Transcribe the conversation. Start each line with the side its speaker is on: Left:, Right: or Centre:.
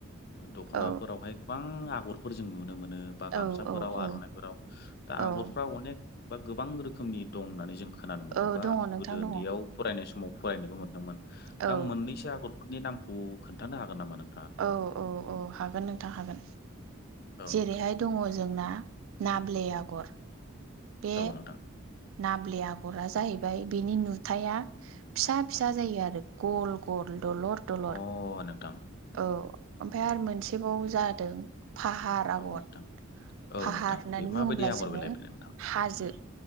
Left: दख'नाफोरावहाय
Right: औ
Left: गोबां आगरफोर जों नुनो मो नो बा
Right: औ
Left: गामसाफोराव
Right: औ औ
Left: आरनाय फोराव दा आगरफोरा
Right: औ
Left: अनेक बा गोबां रो खोमनि दं होननानै जों खोनानो मोनदों
Right: औ
Left: बा
Right: दङ नोंथां
Left: गोदो
Right: दङ
Left: ओन्दैयाव
Right: औ
Left: फरायनाय समाव फरायनोबो मोनदोंमोन।
Right: औ
Left: दा मोननैसो आगरफोरनि नामखौ खोन्थानो हागोन नामा नों?
Right: औ औ औ हागोन नोंथां हागोन।
Left: आंनो
Right: जेरैहाय दङ जोंना नाब्ले आगर बे
Left: औ नोंथां
Right: नाब्ले आगरा जाहैबाय बेनि नुथाया फिसा फिसा जायो आरो गल गल दलर दलर
Left: औ नोंथां
Right: औ ओमफ्राय आरो मोनसेबाव जादों फाहार आगर
Left: अ नोंथां औ नोंथां औ
Right: फाहार
Left: नोंथां
Right: होननानै
Left: बे
Right: बुङोब्ला
Left: माबायदि आगर
Right: जोङो
Left: बेलाय बे नोंथां
Right: हाजो
Left: उम